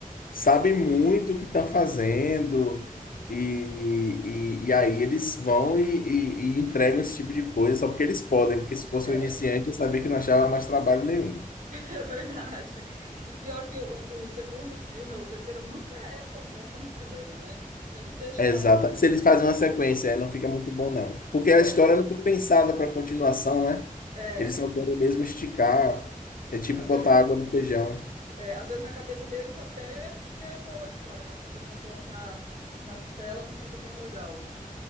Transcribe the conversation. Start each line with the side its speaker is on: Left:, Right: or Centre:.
Left: sabem muito o que estão fazendo,
Right: Uhum,
Left: e, e, e aí eles vão e, e- e entregam esse tipo de coisa só porque eles podem, porque se fosse
Right: é,
Left: um iniciante,
Right: <laughs>
Left: eu sabia que não achava mais trabalho nenhum.
Right: é verdade. E pior que o, o segundo filme, ou o terceiro, nunca é tão bom quanto o primeiro, né? Sempre deixa
Left: Exata.
Right: a desejar.
Left: Se eles fazem uma sequência, é, não fica muito bom, não. Porque
Right: É,
Left: a história não foi pensada para continuação, né?
Right: é,
Left: Eles
Right: uhum.
Left: só querem mesmo esticar. É tipo
Right: É, às
Left: botar
Right: vezes
Left: água no feijão.
Right: é, às vezes na cabeça deles até que é boa a história, mas quando eles vão colocar nas telas não fica tão legal.